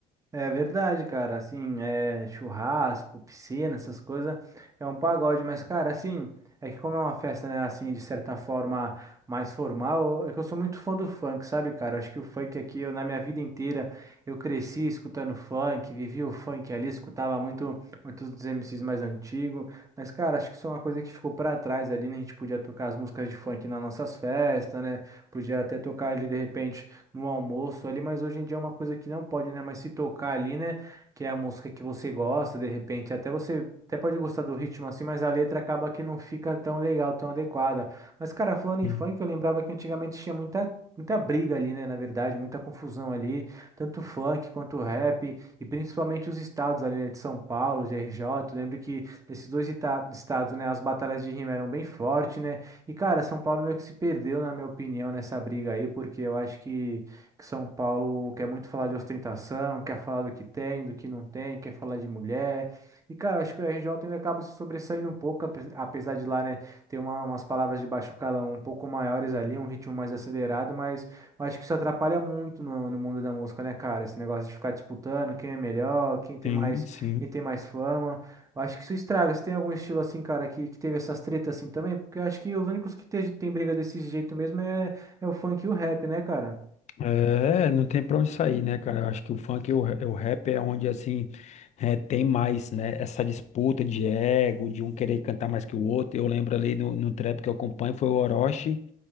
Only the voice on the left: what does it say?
Sim,
sim.
sim.
É, não tem pra onde sair, né, cara? Eu acho que o funk e o, ra- o rap é onde, assim, é, tem mais, né? Essa disputa de ego, de um querer cantar mais que o outro. Eu lembro ali no, no trap que eu acompanho, foi o Orochi,